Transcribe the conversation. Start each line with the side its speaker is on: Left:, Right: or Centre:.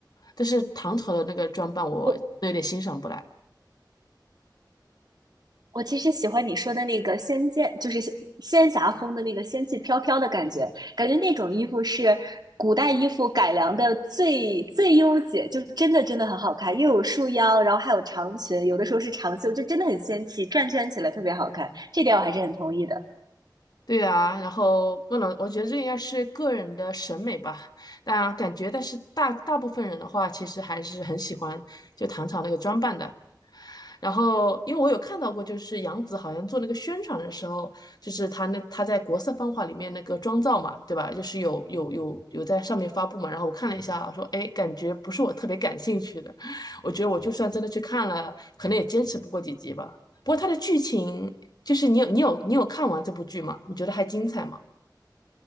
Left: 但是唐朝的那个装扮我有点欣赏不来。
Right: 我我其实喜欢你说的那个仙剑，就是仙仙侠风的那个仙气飘飘的感觉，感觉那种衣服是古代衣服改良的最最优解，就真的真的很好看，又有束腰，然后还有长裙，有的时候是长袖，就真的很仙气，转圈起来特别好看，这点我还是很同意的。
Left: 对啊，然后不能，我觉得这应该是个人的审美吧。但感觉，但是大大部分人的话，其实还是很喜欢就唐朝那个装扮的。然后，因为我有看到过，就是杨紫好像做那个宣传的时候，就是她那她在国色芳华里面那个妆造嘛，对吧？就是有有有有在上面发布嘛。然后我看了一下，我说哎，感觉不是我特别感兴趣的。<laughs> 我觉得我就算真的去看了，可能也坚持不过几集吧。不过它的剧情就是你有你有你有看完这部剧吗？你觉得还精彩吗？